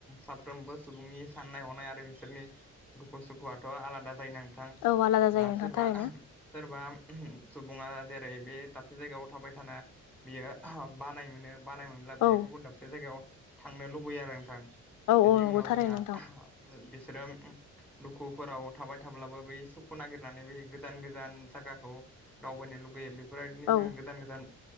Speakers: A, in the centre; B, on the left.
A: साफ्रोमबो सुबुंनि साननाय हनाय आरो बिसोरनि दुखु सुखुआथ' आलादा जायो नों थां
B: औ आलादा जायो
A: दा
B: नोंथां
A: सोरबा
B: थारैनो
A: सोरबा सुबुङा जेरै बे दाबसे जायगायाव थाबाय थाना बियो बानाय मोनो। बानाय मोनब्ला बियो
B: औ
A: गुबुन दाबसे जायगायाव थांनो लुबैयो आरो नोंथां।
B: औ
A: बेनि
B: औ नंगौ
A: उनाव
B: थारैनो
A: जोंना
B: नोंथां
A: बिसोरो ओम दुखुफोराव थाबाय थाब्लाबो बै सुखु नागिरनानै बे गोजान गोजान जायगाखौ दावबायनो लुगैयो बे फोरबायदिनो जोङो
B: औ
A: गोजान गोजान